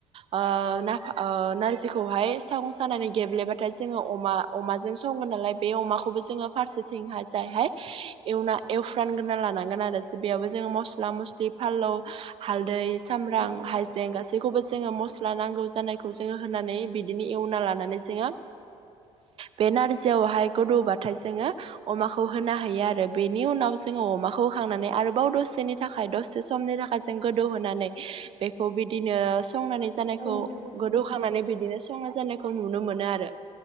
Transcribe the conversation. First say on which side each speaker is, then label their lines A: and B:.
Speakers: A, on the right; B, on the right.
A: ओ नार नारजिखौहाय सागं सानानै गेब्लेबाथाय जोङो अमा अमाजों सङो नालाय बे अमाखौबो जोङो फारसेथिंहा जायहाय एवना एवफ्रानग्रोना लानांगोन आरो बेयावबो जोङो मस्ला मस्लि फालौ हालदै सामब्राम
B: औ
A: हाइजें गासैखौबो ज जोङो मस्ला नांगौ जानायखौ जोङो होनानै बिदिनो एवना लानानै जोङो बे नारजियावहाय गोदौबाथाय जोङो अमाखौ होनो हायो आरो बेनि उनाव जोङो अमाखौ खांनानै आरोबाव दसेनि थाखाय दसे समनि थाखाय जों गोदौहोनानै बेखौ बिदिनो संनानै जानायखौ
B: औ नोंथां
A: गोदौखांनानै बिदिनो संना जानायखौ नुनो मोनो आरो